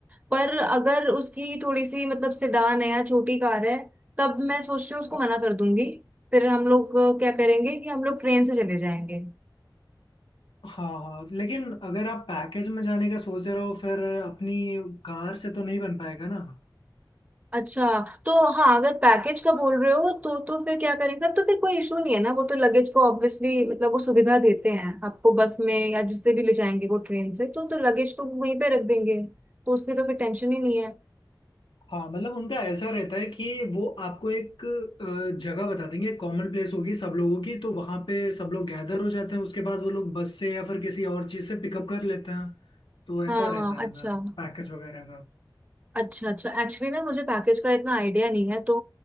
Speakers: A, on the right; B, on the left.
A: पर अगर उसकी थोड़ी सी मतलब सेडान है या छोटी कार है तब मैं सोच रही हूँ उसको मना कर दूंगी फिर हम लोग अ, क्या करेंगे कि हम लोग ट्रेन से चले जाएंगे
B: हाँ हाँ लेकिन अगर आप पैकेज में जाने का सोच रहे हो फिर अपनी कार से तो नहीं बन पाएगा ना
A: अच्छा तो हाँ अगर पैकेज का बोल रहे हो तो तो फिर क्या करेंगे तब तो फिर कोई इशू नहीं है ना वो तो लगेज को ऑब्वियसली मतलब वो सुविधा देते हैं आपको बस में या जिससे भी ले जाएंगे वो ट्रेन से तो तो लगेज तो वहीं पे रख देंगे तो उसकी तो फिर टेंशन ही नहीं है
B: हाँ मतलब उनका ऐसा रहता है कि वो आपको एक अ, जगह बता देंगे कॉमन प्लेस होगी सब लोगों की तो वहां पे सब लोग गैदर हो जाते हैं उसके बाद वो लोग बस से या फिर किसी और चीज से पिकअप कर लेते हैं तो ऐसा
A: हाँ
B: रहता
A: हाँ
B: है
A: अच्छा
B: उधर पैकेज वगैरह
A: अच्छा अच्छा एक्चुअली ना मुझे पैकेज का इतना आइडिया नहीं है तो